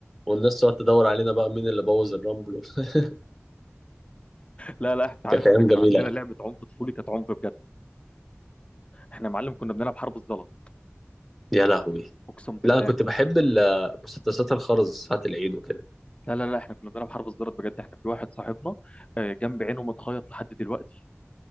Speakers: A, in the centre; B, on the left.
A: والناس تقعد تدور علينا بقى مين اللي بوظ الرمل <laughs>
B: لا لا انت عارف
A: كانت
B: احنا
A: أيام
B: كان
A: جميلة
B: عندنا لعبه عنف طفولي كانت عنف بجد احنا يا معلم كنا بنلعب حرب الزلط
A: يا لهوي
B: اقسم بالله
A: لا أنا كنت بحب ال- مسدسات الخرز ساعة العيد وكده
B: لا لا لا احنا كنا بنلعب حرب الزلط بجد احنا في واحد صاحبنا آه، جنب عينه متخيط لحد دلوقتي